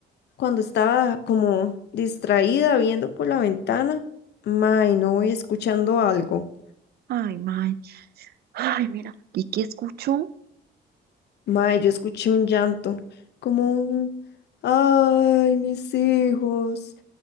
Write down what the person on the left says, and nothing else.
Cuando estaba como distraída viendo por la ventana, mae, no voy escuchando algo.
Mae, yo escuché un llanto, como un, ay, mis hijos.